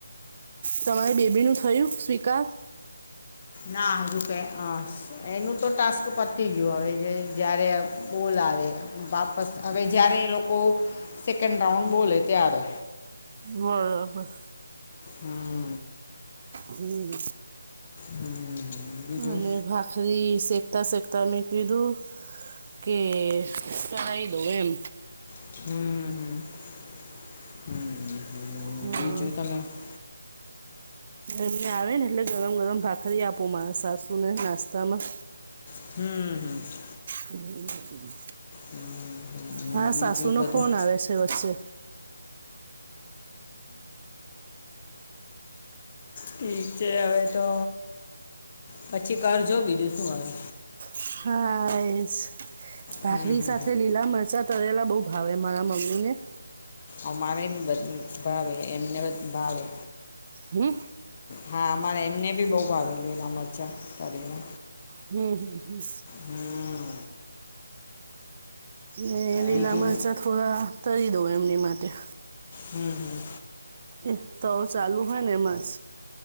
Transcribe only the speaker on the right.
તમારી બેબી નું થયું સ્વીકાર?
બરાબર.
હમ
અને <unintelligible> ભાખરી સેકતા સેકતા મે કીધું. કે કરાઈ દવ એમ
હા
એમને આવે ને એટલે ગરમ ગરમ ભાખરી આપો મારા સાસુને નાસ્તામાં.
હમ.
હા,
સાસુનો
ફોન આવે છે વચ્ચે.
હા, ભાખરી
સાથે લીલા મરચાં તળેલા બઉુ ભાવે મારા મમ્મી ને.
હમ.
હમ, હમ, હમ.
ને લીલા
મરચાં થોડા તરી દેવા, એમની માટે
એ તો ચાલુ હોયને માસ